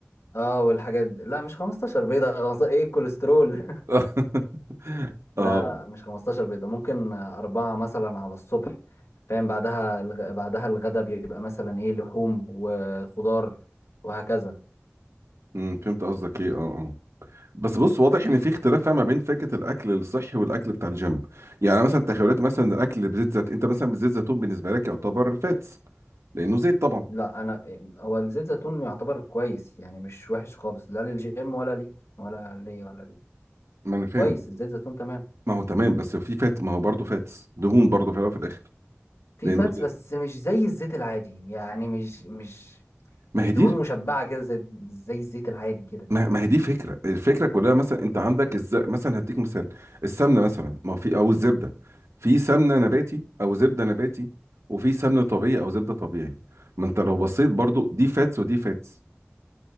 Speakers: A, on the left; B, on the right.
A: اه والحاجات دي. لا مش 15 بيضة <laughs> 15 ايه الكوليسترول <laughs>
B: <laughs>
A: لا
B: اه
A: مش 15 بيضة ممكن آه، أربعة مثلا على الصبح فاهم بعدها الغ... بعدها الغدا بيبقى مثلا ايه لحوم وخضار وهكذا
B: أمم، فهمت قصدك ايه اه اه بس بص واضح ان في اختلاف ما بين فكره الاكل الصحي والاكل بتاع الجيم يعني مثلا تخيلات مثلا الاكل بزيت زيتون انت مثلا بزيت زيتون بالنسبه لك يعتبر فاتس لانه زيت طبعا
A: لا انا هو الزيت زيتون يعتبر كويس يعني مش وحش خالص لا للجيم ولا لي ولا لي ولا لي
B: ما انا فاهم
A: كويس
B: بس
A: الزيت زيتون تمام
B: ما هو تمام بس في فات ما هو برضه فاتس دهون برضه في الاول وفي الاخر
A: في
B: لانه
A: فاتس
B: زيت
A: بس مش زي الزيت العادي يعني مش مش
B: ما
A: مش
B: هي
A: دهون
B: دي
A: مشبعة كده زي, زي الزيت العادي كده
B: ما ما هي دي فكره الفكره كلها مثلا انت عندك الز... مثلا هديك مثال السمنه مثلا ما هو في او الزبده في سمنه نباتي او زبده نباتي وفي سمنه طبيعي او زبده طبيعي ما انت لو بصيت برضه دي فاتس ودي فاتس